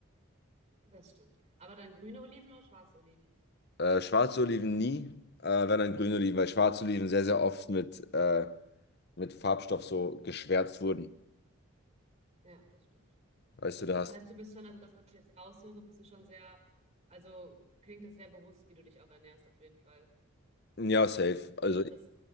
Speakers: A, on the right (about 30°); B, on the left (about 50°).
A: das stimmt. Aber dann grüne Oliven oder schwarze Oliven?
B: Äh, schwarze Oliven nie, äh, wenn dann grüne Oliven, weil schwarze Oliven sehr, sehr oft mit, äh, mit Farbstoff so geschwärzt wurden.
A: Ja, das stimmt.
B: Weißt du, da
A: Das
B: hast
A: heißt, du bist schon, also das, was ich jetzt raushöre, bist du schon sehr, also klingt das sehr bewusst, wie du dich auch ernährst, auf jeden Fall.
B: Ja, safe.
A: Oder
B: Also
A: ist das